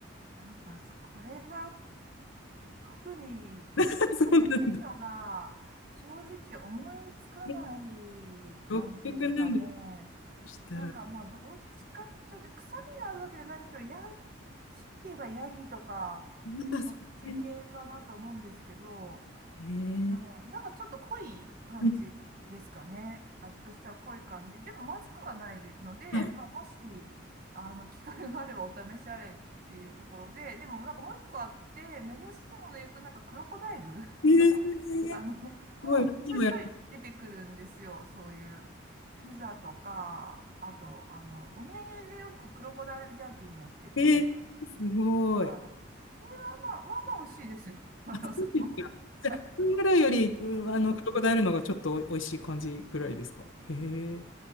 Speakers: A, on the right (about 45°); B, on the left (about 80°).
A: なんか、そこれが特に、
B: <laughs> そうなんだ。
A: こういうのが、正直思いつかない感じですかね。
B: え独特なんだとしたら。
A: なんかまあ、
B: あ、
A: どっちか、ちょっと臭みがあるわけじゃないですけど、ヤギ、強いて言えばヤギとか、
B: なんかそういう。
A: そっち系かなと思うんですけど、
B: へえ。
A: うん、なんかちょっと濃い感じですかね。
B: うん
A: 味としては濃い感じ。でもまずくはないので、
B: あ
A: まあ、もし、あの、機会があればお試しあれっていうところで、でもなんかもう一個あって、珍しいもので言うと、なんかクロコダイル <laughs>
B: えー、
A: の、
B: す
A: あの、もうちょいちょい出てくるんですよ。
B: ごい、ワニもやっ
A: そういうピザとか、あと、あの、お土産でよくクロコダイルジャーキーも売ってて、
B: て、えー、すごい。
A: はい。それはまあ、まあまあ美味しいですよ。<laughs> あの、それも。
B: そうですかじゃあ、
A: はい
B: カンガルーより、うんあの、
A: うん
B: クロコダイルの方がちょっとおいしい感じぐらいですかへえ。